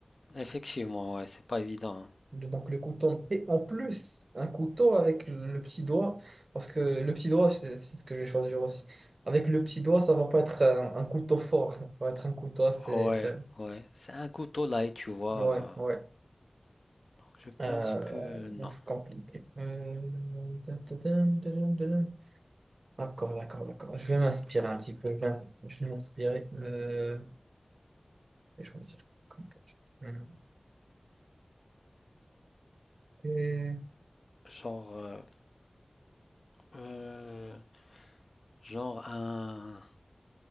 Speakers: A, on the left; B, on the right.
A: Effectivement, ouais, c'est pas évident.
B: Donc le couteau, et en plus, un couteau avec le petit doigt, parce que le petit doigt, c'est c'est ce que je vais choisir aussi. Avec le petit doigt, ça va pas être un, un couteau fort, ça va être un couteau assez
A: hein. Ouais,
B: faible.
A: ouais. C'est un couteau là et tu vois.
B: Ouais,
A: euh,
B: ouais.
A: donc je pense
B: Euh,
A: que non.
B: ouf, compliqué. Euh, tadadam, tadadam, tadam. D'accord, d'accord, d'accord. Je vais m'inspirer un petit peu. Je vais, je vais m'inspirer. Euh, je vais choisir. comme que je- Hum. Et,
A: Genre euh, euh, genre un